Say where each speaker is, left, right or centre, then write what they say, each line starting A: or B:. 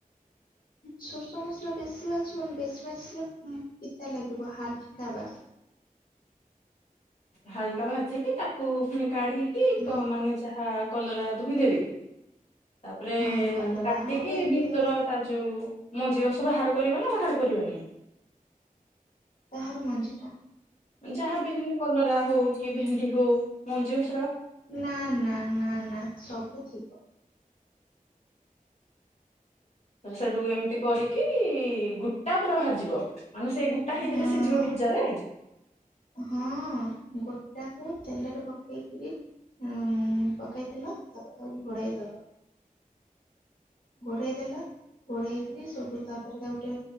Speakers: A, on the left; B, on the left.
A: ସୋରିଷ ମସଲା ବେଶୀ ଭାଜିବନି ବେଶୀ ଭାଜିଲେ ପିତା ଲାଗିବ ହାଲକା ଭାଜି
B: ହାଲକା ଭାଜିକି ତାକୁ ପୁଣି କାଢ଼ିିକି
A: ଉଁ,
B: କ ମାନେ ଯାହା କଲରା ଧୋଇଁ ଦେବେ ତାପରେ
A: ହଁ କଲରା
B: ତାକୁ କାଟିକି
A: ହଉ ଭେଣ୍ଡି
B: ଭିତର
A: ହଉ
B: ତା ଯୋଉ ମଞ୍ଜି ଅଂଶ ବାହାର କରିବ ନା ବାହାର କରିବନି ।
A: ତାହାର ମଞ୍ଜିଟା।
B: ଯାହାବି ଯେମତି କଲରା ହଉ କି ଭେଣ୍ଡି। ହ ମଞ୍ଜି ଅ
A: ନା ନା ନା ନା ସବୁ ଥିବ ।
B: ସେଠୁ ଏମିତି କରିକି ଗୋଟ୍ଟା ପୁରା ବାହାରିବ । ମାନେ ସେଇ ଗୋଟା ହେଇଥିରେ
A: ହଁ
B: ସିଝିବ ଭଜାରେ
A: ହଁ ଗୋଟାକୁ ତେଲରେ ପକେଇକିରି ଉ ପକେଇଦେଲ ତାପରେ ତାକୁ। ଗଡ଼େଇ ଦବ ଗୋଡେଇ ଦେଲା ଘୋଡେଇକି ସେଠୁ ତାପରେ ତାକୁ ଗୋଟେ